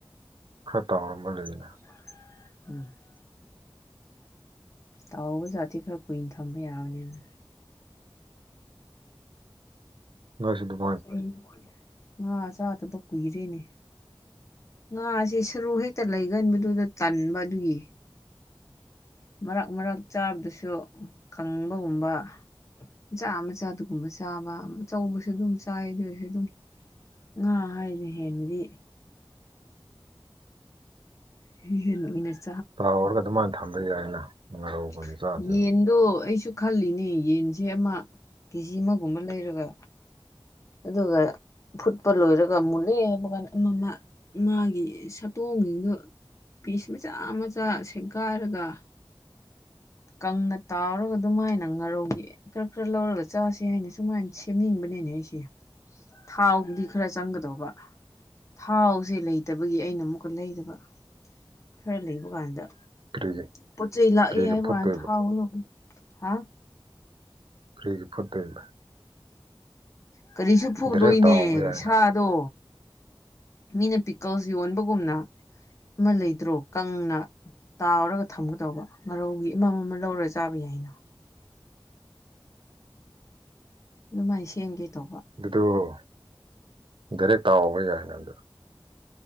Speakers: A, on the right (about 70°); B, on the left (about 35°).
A: ꯈꯔ ꯇꯥꯎꯔꯝꯕ ꯂꯩꯅꯤꯅ
B: <unintelligible> ꯇꯥꯎꯕ ꯖꯥꯠꯇꯤ ꯈꯔ ꯀꯨꯏꯅ ꯊꯝꯕ ꯌꯥꯕꯅꯤꯅ
A: <unintelligible>
B: <unintelligible> ꯉꯥ ꯆꯥꯗꯕ ꯀꯨꯏꯔꯦꯅꯦ ꯉꯥꯁꯤ ꯁꯔꯣꯍꯤ ꯇ ꯂꯩꯒꯟꯕꯗꯨꯗ ꯇꯟꯕ ꯑꯗꯨꯒꯤ ꯃꯔꯛ ꯃꯔꯛ ꯆꯥꯕꯗꯨꯁꯨ ꯀꯪꯕꯒꯨꯝꯕ ꯃꯆꯥ ꯃꯆꯥ ꯑꯗꯨꯒꯨꯝꯕ ꯆꯥꯕ ꯑꯆꯧꯕꯁꯨ ꯑꯗꯨꯝ ꯆꯥꯏ ꯑꯗꯣꯏꯁꯨ ꯑꯗꯨꯝ ꯉꯥ ꯍꯥꯏꯅ ꯍꯦꯟꯅꯗꯤ <unintelligible>
A: ꯇꯥꯎꯔꯒ ꯑꯗꯨꯃꯥꯏꯅ ꯊꯝꯕ ꯌꯥꯏꯅ ꯉꯥꯔꯧꯒꯨꯝꯕ
B: <unintelligible>
A: ꯆꯥꯗꯦꯕ
B: ꯌꯦꯟ ꯑꯗꯣ ꯑꯩꯁꯨ ꯈꯜꯂꯤꯅꯦ ꯌꯦꯟꯁꯦ ꯑꯃ ꯀꯦꯖꯤ ꯑꯃꯒꯨꯝꯕ ꯂꯩꯔꯒ ꯑꯗꯨꯒ ꯐꯨꯠꯄ ꯂꯣꯏꯔꯒ ꯃꯨꯠꯂꯦ ꯍꯥꯏꯕ ꯀꯥꯟꯗ ꯃꯥꯒꯤ ꯁꯥꯇꯣꯡꯁꯤꯡꯗꯨ ꯄꯤꯁ ꯃꯆꯥ ꯃꯆꯥ ꯁꯦꯒꯥꯏꯔꯒ ꯀꯪꯅ ꯇꯥꯎꯔꯒ ꯑꯗꯨꯃꯥꯏꯅ ꯉꯥꯔꯧꯒꯤ ꯈꯔ ꯈꯔ ꯂꯧꯔꯒ ꯆꯥꯁꯦ ꯍꯥꯏꯅ ꯁꯨꯃꯥꯏꯅ ꯁꯦꯝꯅꯤꯡꯕꯅꯦꯅꯦ ꯑꯩꯁꯦ ꯊꯥꯎꯕꯨꯗꯤ ꯈꯔ ꯆꯪꯒꯗꯧꯕ ꯊꯥꯎꯁꯦ ꯂꯩꯇꯕꯒꯤ ꯑꯩꯅ ꯑꯃꯨꯛꯀ ꯂꯩꯗꯕ ꯈꯔ ꯂꯩꯕ ꯀꯥꯟꯗ
A: ꯀꯔꯤꯒꯤ
B: ꯄꯣꯠ ꯆꯩꯩ ꯂꯥꯛꯑꯦ
A: ꯀꯔꯤꯒꯤ
B: ꯍꯥꯏꯕ
A: ꯐꯨꯠꯇꯣꯏꯕ
B: ꯀꯥꯟꯅ ꯊꯥꯎ ꯗꯨ ꯍꯥ
A: ꯀꯔꯤꯒꯤ ꯐꯠ <unintelligible>
B: ꯀꯔꯤꯁꯨ ꯐꯨꯔꯣꯏꯅꯦ
A: ꯗꯥꯏꯔꯦꯛ ꯇꯥꯎꯕ ꯌꯥꯏꯅ
B: ꯁꯥꯗꯣ ꯃꯤꯅ ꯄꯤꯀꯜꯁ ꯌꯣꯟꯕꯒꯨꯝꯅ ꯑꯃ ꯂꯩꯇ꯭ꯔꯣ ꯀꯪꯅ ꯇꯥꯎꯔꯒ ꯊꯝꯒꯗꯧꯕ ꯉꯥꯔꯧꯒꯤ ꯑꯃ ꯑꯃ ꯂꯧꯔꯒ ꯆꯥꯕ ꯌꯥꯏꯅ ꯑꯗꯨꯃꯥꯏꯅ ꯁꯦꯝꯒꯦ ꯇꯧꯕ
A: ꯑꯗꯨꯗ ꯗꯥꯏꯔꯦꯛ ꯇꯥꯎꯕ ꯌꯥꯏ ꯅꯪꯗꯣ